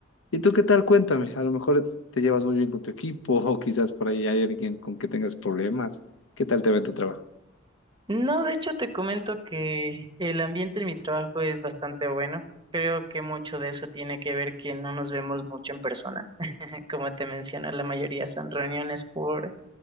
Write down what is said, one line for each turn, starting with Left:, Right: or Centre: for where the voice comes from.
Left: ¿Y tú qué tal? Cuéntame, a lo mejor te llevas muy bien con tu equipo <laughs> o quizás por ahí hay alguien con que tengas problemas. ¿Qué tal te va en tu trabajo?
Right: No, de hecho te comento que el ambiente en mi trabajo es bastante bueno. Creo que mucho de eso tiene que ver que no nos vemos mucho en persona. <laughs> Como te menciono, la mayoría son reuniones por